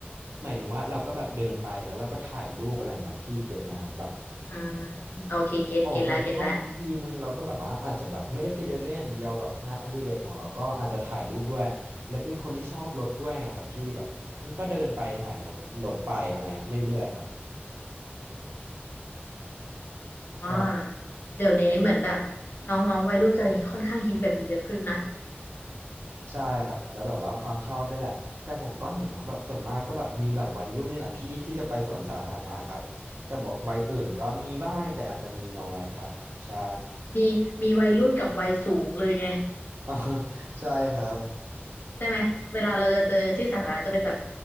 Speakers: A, on the right (about 75°); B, on the left (about 55°).
A: หมายถึงว่าเราก็แบบเดินไปแล้วเราก็ถ่ายรูปอะไรเงี้ยพี่เก็ตไหมครับแบบ
B: อืมโอเคเก็ตเก็ตแล้วเก็ตแล้ว
A: ออกไปข้างนอกทักทีนึงเราก็แบบว่าอาจจะแบบไม่ได้ไปเดินเล่นอย่างเดียวแบบงานอดิเรกของเราก็อาจจะถ่ายรูปด้วยและเป็นคนที่ชอบรถด้วยไงครับพี่แบบก็เดินไปถ่ายรถรถไปอะไรเงี้ยเรื่อยๆครับ
B: อ๋อ
A: ใช่
B: เดี๋ยวนี้เหมือนแบบน้องๆวัยรุ่นจะค่อนข้างฮิตแบบนี้เยอะขึ้นนะ
A: ใช่ครับแล้วแบบว่าความชอบได้วยแหละแต่ผมก็เห็นนะแบบส่วนมากก็แบบมีแบบวัยรุ่นนี่แหละพี่ที่จะไปสวนสาธารณะครับแต่บอกวัยอื่นก็มีบ้างแต่อาจจะมีน้อยครับใช่
B: มีมีวัยรุ่นกับวัยสูงเลยไง
A: <laughs> ใช่ครับ
B: ใช่ไหมเวลาเราจะเจอที่สาธารณะจะเป็นแบบ